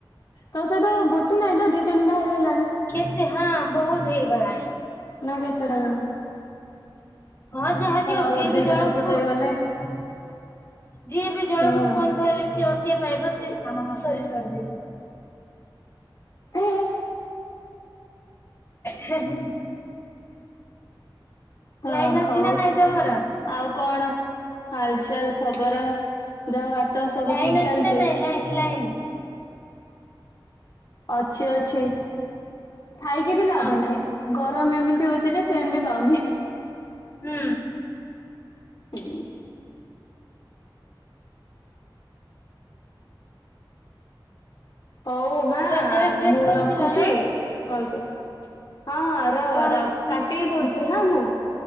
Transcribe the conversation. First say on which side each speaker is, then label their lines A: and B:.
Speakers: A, on the left; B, on the left.
A: ତୋ ସହିତ ଗୋଟେ ନାଇଁ ତ ଦି ତିନିଟା ହେଇଗଲେ
B: କେତେ ହଁ ବହୁତ ହେଇଗଲାଣି।
A: ନା କେତଟା ନମୁ?
B: ହଁ ଯାହାବି ହଉ
A: ଆଉ
B: ଜିଏବି
A: ଗୋଟେ ଦିଟା
B: ଜଣକୁ
A: ତୋ ସହିତ
B: ପକଉ?
A: ହେଇଗଲେ
B: ଯିଏ ବି ଜଣଙ୍କୁ
A: ହଁ।
B: ଫୋନ କହିଲେ ସିଏ ଆସି ପା ପାଇବ। ମାମାମ ସରି ସରି ଦିଦି ସରି।
A: ଏ
B: ହେ ହେ।
A: ହଁ
B: ଲାଇନ ଅଛି
A: ହଉ
B: ନା ନାଇଁ ତମର?
A: ଆଉ କଣ ହାଲଚାଲ ଖବର ଦେହ ହାତ ସବୁ
B: ଲାଇନ
A: ଠିକ
B: ଅଛି
A: ଚାଲିଛି?
B: ନା ନାଇଁ ଲାଇନ ଲାଇନ?
A: ଅଛି ଅଛି ଥାଇକି ବି ଲାଭ
B: ହଁ ହଁ
A: ନାହିଁ। ଗରମ ଏମିତି ହଉଛି ଯେ ଫେନ୍ ବି ପାଉନି।
B: ହୁଁ।
A: ହୁଁ ହଉ ହଁ
B: ରଜରେ ଡ୍ରେସ୍
A: ମୁଁ
B: କରିଥିଲ
A: ରଖୁଛି।
B: ନା
A: କଲ୍ କରୁଛି। ହଁ ହଁ
B: କଣ
A: ରହ କାଟିକି କରୁଛି ହଁ ମୁଁ।